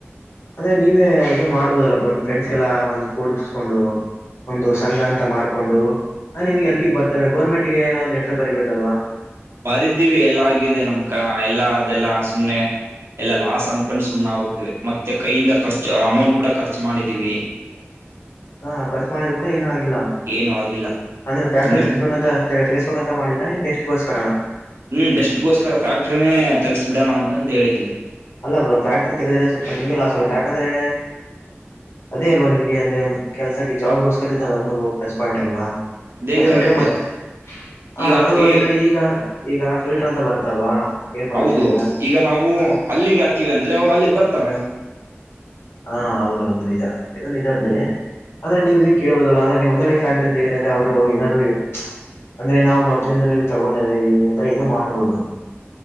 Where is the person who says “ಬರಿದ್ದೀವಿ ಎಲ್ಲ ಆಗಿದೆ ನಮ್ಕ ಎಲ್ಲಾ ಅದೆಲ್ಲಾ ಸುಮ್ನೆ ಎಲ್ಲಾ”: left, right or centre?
Right